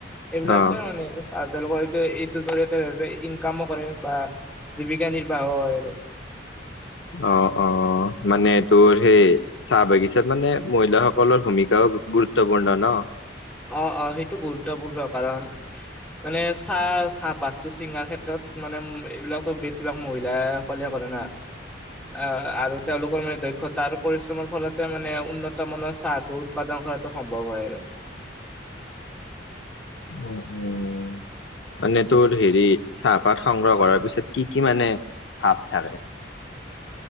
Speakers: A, in the centre; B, on the left (about 75°).
A: সেইবিলাকে
B: অ',
A: মানে আৰু। আৰু তেওঁলোকৰ এইটো এইটোৰ জৰিয়তে ইনকামো কৰে বা জীৱিকা নিৰ্বাহ হয়। আৰু
B: অ', অ', মানে তোৰ সেই চাহ বাগিচাত মানে মহিলাাসকলৰ ভূমিকাও গুৰুত্বপূৰ্ণ ন।
A: অ', অ', সেইটো গুৰুত্বপূৰ্ণ কাৰণ মানে চাহ চাহপাতটো ছিঙাৰ ক্ষেত্ৰত মানে এইবিলাকতো বেছিভাগ মহিলাই অকলে কৰ না অ', আৰু তেওঁলোকৰ মানে দক্ষতা আৰু পৰিশ্ৰমৰ ফলতে মানে উন্নত মানৰ চাহটো উৎপাদন কৰাটো সম্ভৱ হয় আৰু।
B: উম, উম। মানে তোৰ হেৰি চাহপাত সংগ্ৰহ কৰাৰ পিছত কি, কি মানে ভাত থাকে।